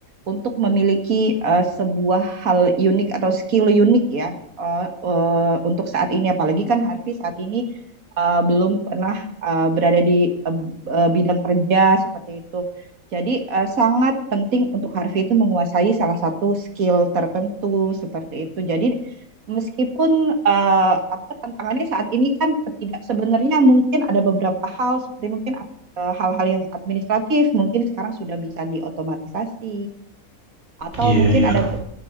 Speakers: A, on the right (about 85°); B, on the right (about 55°).
A: untuk memiliki eh, sebuah hal unik atau skill unik ya eh, eh, untuk saat ini. Apalagi kan Harvey saat ini eh, belum pernah eh, berada di eh, eh, bidang kerja seperti itu. Jadi eh, sangat penting untuk Harvey itu menguasai salah satu skill tertentu seperti itu. Jadi Meskipun, eee, apa, tantangannya saat ini kan tidak sebenarnya mungkin ada beberapa hal seperti mungkin, eee, hal-hal yang administratif mungkin sekarang sudah bisa diotomatisasi atau
B: Iya, yeah,
A: mungkin
B: iya.
A: ada
B: Yeah.
A: be